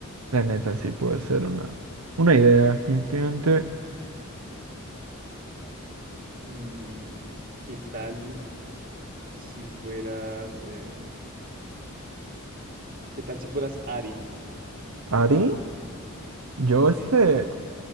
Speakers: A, on the right (about 80°); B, on the right (about 45°).
A: La neta, sí puede ser una. Una idea, definitivamente.
B: Mm, ¿qué tal si fueras... em, ¿Qué tal si fueras Ari?
A: ¿Ari? Yo
B: Sí,
A: este.
B: sí, fuera.